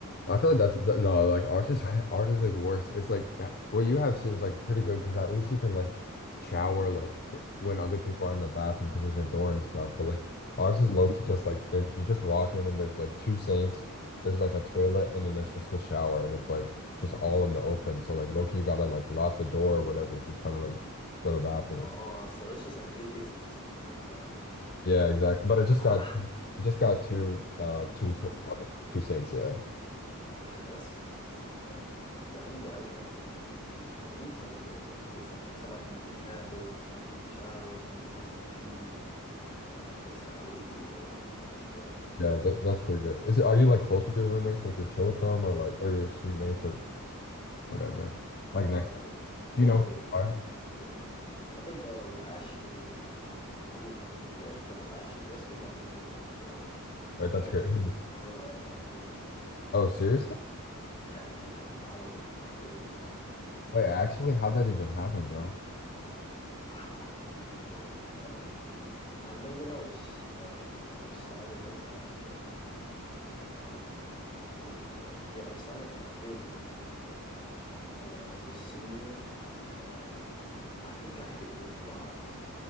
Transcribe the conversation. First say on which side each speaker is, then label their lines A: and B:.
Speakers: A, on the left (about 45°); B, on the left (about 25°).
A: I feel like that's th- no, like ours is <laughs> ours is like worse. It's like that what you have seems like pretty good because at least you can like shower like w when other people are in the bathroom because there's a door and stuff. But like ours is low key just like there you just walk in and there's like two sinks, there's like a toilet and then there's just a shower and it's like just all in the open. So like low key you gotta like lock the door or whatever if you're trying to like go to the bathroom
B: Oh,
A: or
B: so it's just like it's basically just a normal bathroom.
A: Yeah, exactly. But I just
B: Ah,
A: got I just got two uh two s-
B: two sinks.
A: two sinks, yeah.
B: Okay, that that's that's not bad. Yeah, I'm glad we have the layout we do, because at least like yeah, if you were saying like somebody could use the bathroom, somebody be in the shower, somebody be brushing their teeth, and like it's not really weird at all either. So,
A: Yeah, that, that's pretty good. Is it are you like close with your roommates, like your chill with them or like or your suite mates or whatever? Like
B: uh,
A: next
B: well,
A: do you know who they are?
B: yeah, I think uh last year I was cool with my roommate, guess, but last year guess who my roommate was though?
A: Right, that's
B: I got
A: great.
B: a girl as my roommate.
A: Oh, seriously?
B: That, yeah, that was like the craziest thing that happened.
A: Wait, actually, how'd that even happen, bro?
B: I, I really don't know. I know when I was uh when I was signing up for my thing, um, what's it called? Yeah, I was signing up for my thing, like as I was a senior, and I think I hit this box,